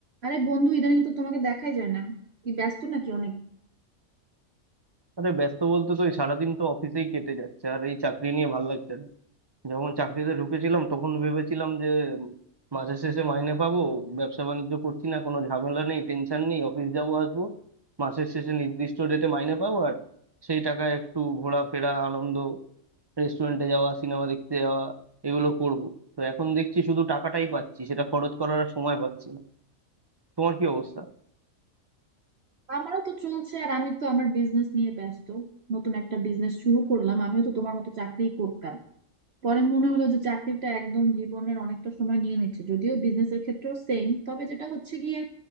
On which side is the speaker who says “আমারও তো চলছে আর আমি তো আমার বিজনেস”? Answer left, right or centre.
Right